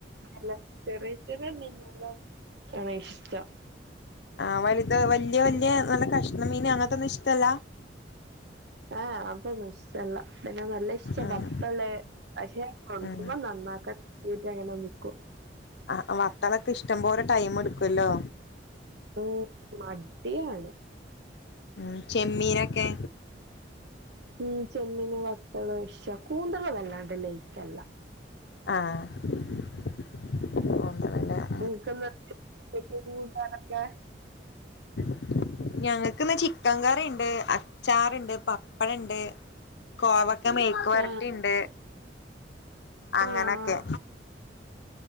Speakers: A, on the right; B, on the left.
A: നല്ല ചെറിയ ചെറിയ മീന് കള് ആണ് ഇഷ്ടം
B: ആ വലുത് വല്ല്യ വല്ല്യ നല്ല കഷ്ണം മീന് അങ്ങനത്തൊന്നും ഇഷ്ടല്ല
A: എ ഏ അതൊന്നും ഇഷ് - ട്ടല്ല പിന്നെ നല്ല ഇഷ്ടം
B: ഉം
A: വത്തല് പക്ഷെ കൊണ്ട്
B: ഉം
A: വരുമ്പോ നന്നാക്കാൻ മടി ആയിട്ട് അങ്ങനെ നിക്കും
B: ആ വത്തലൊക്കെ ഇഷ്ടംപോലെ ടൈം എടുക്കും അല്ലോ
A: ഉം മടിയാണ്
B: ഉം ചെമ്മീനൊക്കെ
A: ഉം ചെമ്മീന്, വത്തല് ഇഷ്ടം കൂന്തള് വല്ലാണ്ട് ലൈക്കല്ല
B: ആഹ് <unintelligible> ല്ല
A: നിങ്ങക്ക്ന്ന് എന്തെന്നു ഉച്ചക്ക് കൂട്ടാനൊക്കെ
B: <inaudible> ഞങ്ങക്ക് ഇന്ന് ചിക്കൻ കറി ഇണ്ട്, അച്ചാറ്ണ്ട്, പപ്പടണ്ട്, കോവക്ക മെയ്ക്ക് വരട്ടി
A: ആഹ്
B: ഇണ്ട്. അങ്ങനൊക്കെ
A: ആഹ്